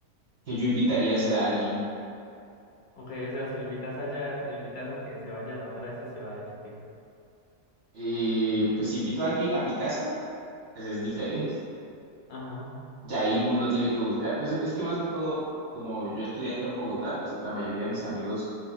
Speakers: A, on the right; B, on the left.
A: que yo invitaría a hacer a alguien.
B: Ok, o sea, si lo invitas allá, lo invitas a que se vayan a otra de esas ciudades que...
A: Eh, pues si invito a alguien a mi casa, pues es diferente.
B: Ajá.
A: Y ahí uno tiene que buscar, pues es que más que todo, como yo estudié acá en Bogotá, pues la mayoría de mis amigos